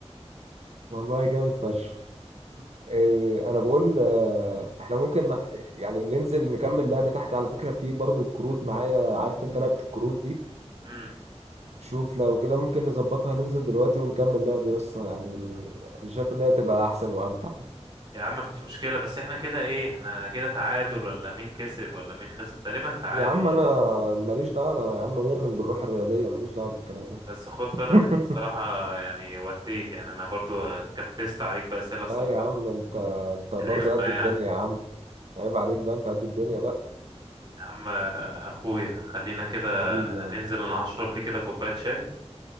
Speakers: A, on the right; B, on the right.
A: والله جامد فشخ إيه، انا بقول آه، احنا ممكن ن- يعني ننزل نكمل لعبة تحت على فكرة في برضو الكروت معايا عارف انت لعبة الكروت دي
B: مم.
A: شوف لو كده ممكن نظبطها ننزل دلوقتي ونكمل لعب يا اسطى يعني انا شايف ان هي تبقى احسن وامتع
B: يا عم مفيش مشكلة بس احنا كده ايه احنا كده تعادل ولا مين كسب ولا مين خسر تقريبا تعادل
A: يا عم
B: يعني
A: انا ماليش دعوة انا يا عم مؤمن بالروح الرياضية ماليش دعوة بالكلام ده
B: بس خد بالك
A: <laughs>
B: انت الصراحة يعني وديت يعني انا برضو كبست عليك بأسئلة الصراحة
A: لا يا عم انت انت برضو
B: رخمة
A: قد
B: يعني
A: الدنيا يا عم عيب عليك بقى انت قد الدنيا بقى
B: يا عم اخويا خلينا كده
A: حبيبي يا عم
B: ننزل انا هشرب لي كده كوباية شاي